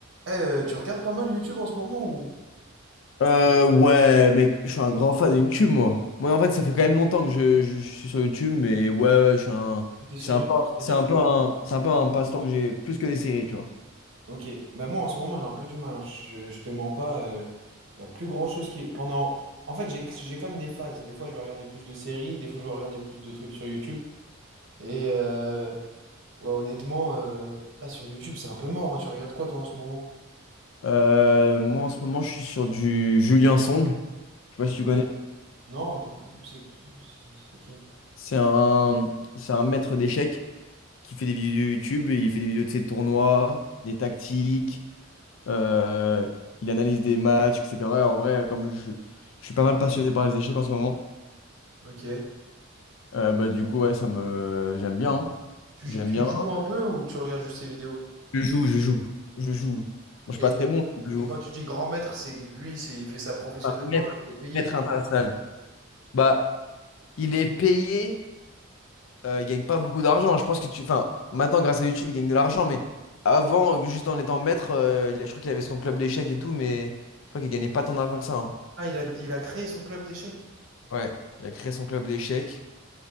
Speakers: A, on the right; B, on the left.
A: Eh, euh, tu regardes pas mal YouTube en ce moment ou
B: Euh, ouais, mec, je suis un grand fan de YouTube, moi. Moi, en fait, ça fait quand même longtemps que je, je- je suis sur YouTube, mais ouais, ouais, je suis un.
A: t'es sur
B: C'est un
A: YouTube,
B: peu,
A: c'est-à-dire
B: c'est un
A: que-
B: peu un, c'est un peu un passe-temps que j'ai plus que les séries, tu vois.
A: Ok, mais moi en ce moment j'ai un peu du mal, hein. Je, je te mens pas, il y a plus grand-chose qui est... Pendant... En fait j'ai j'ai comme des phases, des fois je vais regarder plus de séries, des fois je vais regarder plus de trucs sur YouTube, et euh, ouais honnêtement, euh, là sur YouTube c'est un peu mort, hein. Tu regardes quoi toi en ce moment?
B: Euh, moi, en ce moment, je suis sur du Julien Song. Je sais pas
A: Ok.
B: si tu connais.
A: Non, un peu- c'est c'est- c'est qui?
B: C'est un, c'est un maître d'échecs. qui fait des vidéos YouTube, et il fait des vidéos de ses tournois, des tactiques, euh, il analyse des matchs, etc. En vrai, comme je, je suis pas mal passionné par les échecs en ce moment,
A: Ok.
B: euh, bah du coup, ouais, ça me... J'aime bien, hein.
A: Tu,
B: J'aime
A: tu
B: bien.
A: joues un peu ou tu regardes juste ses vidéos?
B: Je joue, je joue, je joue. Bon, je suis
A: Et,
B: pas très
A: et
B: bon, je joue.
A: et quand tu dis grand maître, c'est lui, c'est il fait ça professionnellement,
B: Un maître,
A: genre le payer
B: maître international. Bah, il est payé, euh, il gagne pas beaucoup d'argent. Je pense que tu... Enfin, maintenant, grâce à YouTube, il gagne de l'argent, mais avant, juste en étant maître, euh, il- je crois qu'il avait son club d'échecs et tout, mais je crois qu'il gagnait pas tant d'argent que ça. hein.
A: Ah, il a, il a créé son club d'échecs.
B: Ouais, il a créé son club d'échecs.